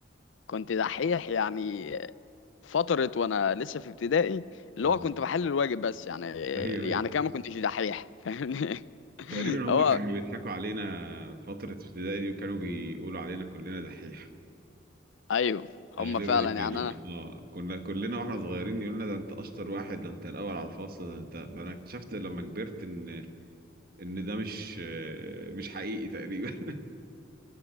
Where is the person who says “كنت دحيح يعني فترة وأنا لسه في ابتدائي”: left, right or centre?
Left